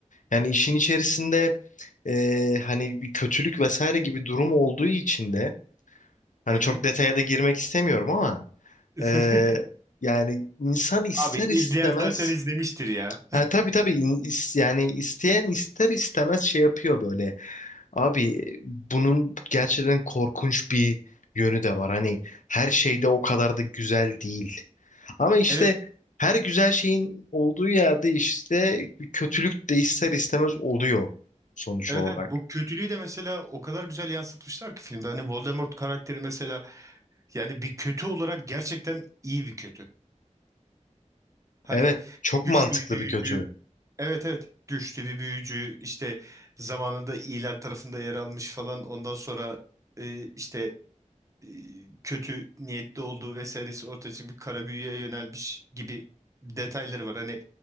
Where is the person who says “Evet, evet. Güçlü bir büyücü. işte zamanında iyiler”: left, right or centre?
Right